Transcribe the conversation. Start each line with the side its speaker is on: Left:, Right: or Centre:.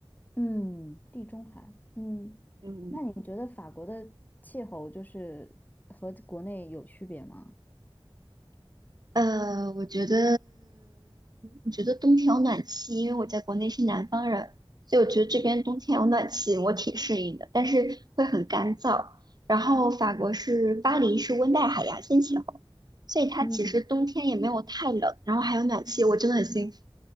Left: 嗯，地中海。嗯，
Right: 嗯。
Left: 那你觉得法国的气候就是和国内有区别吗？
Right: 呃，我觉得，我觉得冬天有暖气，因为我在国内是南方人，所以我觉得这边冬天有暖气，我挺适应的，但是会很干燥。然后法国是巴黎是温带海洋性气候，所以它其实冬天也没有太冷，
Left: 嗯
Right: 然后还有暖气，我真的很幸福，